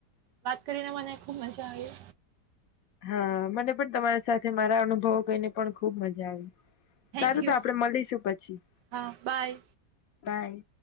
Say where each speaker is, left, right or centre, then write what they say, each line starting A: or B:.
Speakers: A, on the right; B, on the left.
A: વાત કરીને મને ખુબ મજા આવી.
B: હા મને પણ તમારી સાથે મારા અનુભવો કહીને પણ ખુબ મજા આવે.
A: થેન્ક
B: સારું
A: યુ
B: તો આપડે મળીશું પછી
A: હા બાય
B: બાય.